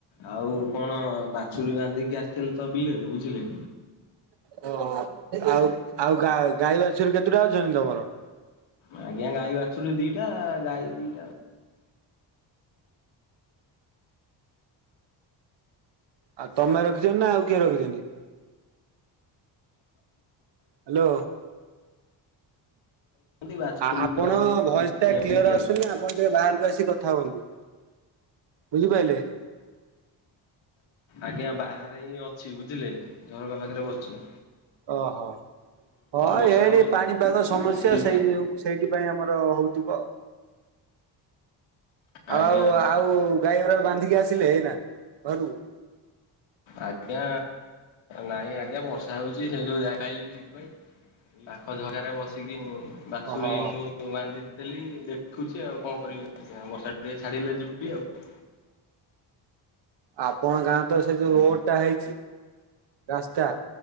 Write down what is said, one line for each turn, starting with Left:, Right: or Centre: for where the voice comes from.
Left: ଆଉ କଣ ବାଛୁରୀ ବାନ୍ଧିକି ଆସିଥିଲେ ତ ବିଲେରେ ବୁଝିଲେ।
Right: ଓ ଆଉ ଆଉ ଗା ଗାଈ ବାଛୁରୀ କେତୁଟା ଅଛନ୍ତି ତମର?
Left: ଆଜ୍ଞା ଗାଈ ବାଛୁରୀ ଦିଟା ଗାଈ ଦିଟା।
Right: ଆଉ ତମେ ରଖିଛନ୍ତି ନା ଆଉ କିଏ ରଖିଛନ୍ତି? ହ୍ୟାଲୋ।
Left: ବାଛୁରୀ
Right: ଆ ଆପଣ ଭଏସ
Left: ଦିଟାଙ୍କୁ
Right: ଟା କ୍ଲିଅର ଆସୁନି। ଆ ଆପଣ ଟିକେ ବାହାରକୁ ଆସିିକି କଥା ହୁଅନ୍ତୁ। ବୁଝିପାଇଲେ?
Left: ଆଜ୍ଞା ବାହାରେ ହିଁ ଅଛି ବୁଝିଲେ ଝରକା ପାଖରେ ବସିଚି।
Right: ଓହୋ ହଁ
Left: ବର୍ଷା
Right: ଏଠି
Left: ହଉଛି
Right: ପାଣିପାଗ ସମସ୍ୟା
Left: ସେଇ
Right: ସେଇଥି ଯୋ ସେଇଥି ପାଇଁ ଆମର ହଉଥିବ।
Left: ଆଜ୍ଞା
Right: ଆଉ
Left: ଆଜ୍ଞା
Right: ଆଉ ଗାଈ ଉରାକୁ ବାନ୍ଧିକି ଆସିଲେ ଏଇନା? ଘରୁକୁ?
Left: ଆଜ୍ଞା ନାଇଁ ଆଜ୍ଞା ବର୍ଷା ହଉଛି ସେ ଯୋଗୁ ଯାଇ ପାଇଲିନି ସେଥିପାଇଁ। ପାଖ ଝରକା ରେ ବସିକି ମୁଁ ବାଛୁରୀ
Right: ଓହୋ।
Left: ଙ୍କୁ ମୁ ବାନ୍ଧିଥିଲି ଦେଖୁଛି ଆଉ କଣ କରିବି ଆଜ୍ଞା ବର୍ଷା ଟିକେ ଛାଡିଲେ ଯିବି ଆଉ।
Right: ଆପଣ ଗାଁ ତ ସେ ଯୋଉ
Left: ଆଜ୍ଞା।
Right: ରୋଡ ଟା ହେଇଛି ରାସ୍ତା-